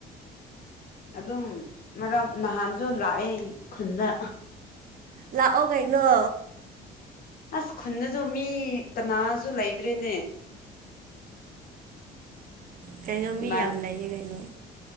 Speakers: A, on the left (about 60°); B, on the right (about 55°).
A: ꯑꯗꯨꯝ ꯃꯔꯛ ꯅꯍꯥꯟꯁꯨ ꯂꯥꯛꯑꯦ ꯈꯨꯟꯗ
B: ꯂꯥꯛꯑꯣ ꯀꯩꯅꯣ
A: ꯑꯁ ꯈꯨꯟꯗꯁꯨ ꯃꯤ ꯀꯅꯥꯁꯨ ꯂꯩꯇ꯭ꯔꯦꯅꯦ
B: ꯀꯩꯅꯣ ꯃꯤ
A: ꯏꯃꯥꯟ
B: ꯌꯥꯝ ꯂꯩꯌꯦ ꯀꯩꯅꯣ